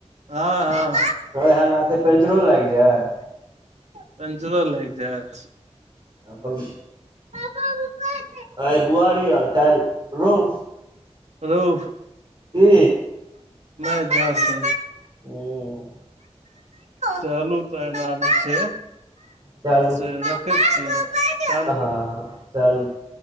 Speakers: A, on the right (about 80°); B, on the right (about 40°).
A: हँ हँ
B: ओएह लाथे पेंचरो लागि जायत
A: पचो लागि जायत
B: अपन
A: पापा मुबाइल
B: आइ बुआरी आर काल्हि रौहु
A: रौह
B: कि
A: नहि जा से
B: उम
A: चलू तऽ एहन आब छै
B: चलू
A: से रखै छियै चलू
B: ह से